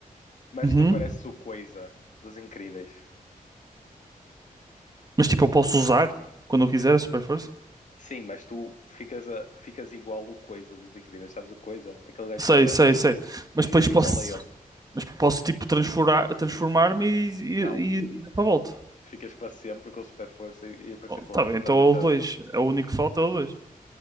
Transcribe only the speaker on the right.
Uhum.
Mas tipo, eu posso usar quando eu quiser a super força?
Sei,
sei, sei. Mas
depois posso,
mas posso tipo transformar, transformar-me e,
e, e dar para a volta.
Oh,
tá
bem, então
é o dois
É o único que falta, é o dois